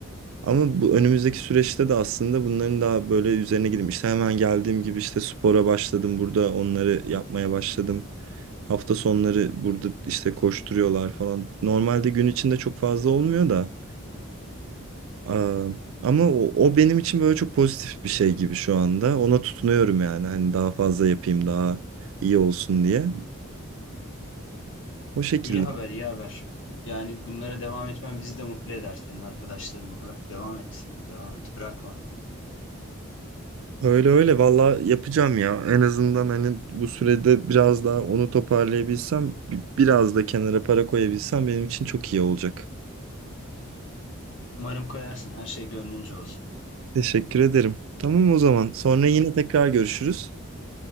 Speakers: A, on the right; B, on the left.
A: Ama bu önümüzdeki süreçte de aslında bunların daha böyle üzerine gideyim. İşte hemen geldiğim gibi işte spora başladım. Burada onları yapmaya başladım. Hafta sonları burada işte koşturuyorlar falan. Normalde gün içinde çok fazla olmuyor da. Aa, ama o, o benim için böyle çok pozitif bir şey gibi şu anda. Ona tutunuyorum yani. Hani daha fazla yapayım, daha iyi olsun diye. O şekilde.
B: İyi haber, iyi haber. Yani bunlara devam etmen bizi de mutlu eder senin arkadaşların olarak. Devam et, devam et, bırakma.
A: Öyle öyle valla yapacağım ya. En azından hani bu sürede biraz daha onu toparlayabilsem, bi- biraz da kenara para koyabilsem benim için çok iyi olacak.
B: Umarım koyarsın, her şey gönlünce olsun.
A: Teşekkür ederim. Tamam o zaman. Sonra yine tekrar görüşürüz.